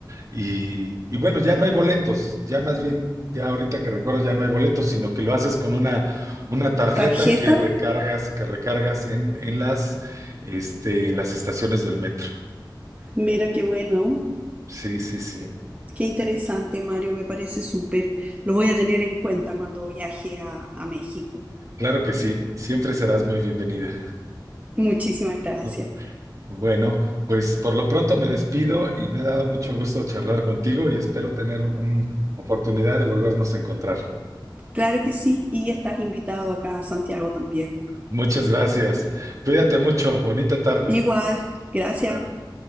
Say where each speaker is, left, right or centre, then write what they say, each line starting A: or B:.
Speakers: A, on the right (about 45°); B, on the right (about 20°).
A: y, y bueno, ya no hay boletos, ya más bien, ya ahorita que recuerdo, ya no hay boletos, sino que lo haces con una, una tarjeta
B: ¿Tarjeta?
A: que recargas, que recargas en, en las, este, en las estaciones del metro.
B: Mira qué bueno.
A: Sí, sí, sí.
B: Qué interesante, Mario. Me parece súper. Lo voy a tener en cuenta cuando viaje a, a México.
A: Claro que sí, siempre serás muy bienvenida.
B: Muchísimas gracias.
A: <laughs> Bueno, pues por lo pronto me despido y me ha dado mucho gusto charlar contigo y espero tener una oportunidad de volvernos a encontrar.
B: Claro que sí. Y estás invitado acá a Santiago también.
A: Muchas gracias. Cuídate mucho. Bonita tarde.
B: Igual, gracias.
A: Bye.